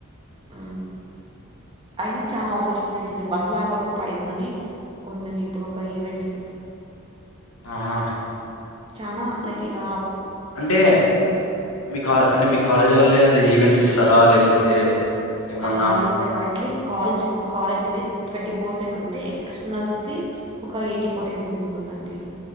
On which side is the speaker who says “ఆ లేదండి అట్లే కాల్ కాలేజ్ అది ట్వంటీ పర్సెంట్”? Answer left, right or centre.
Right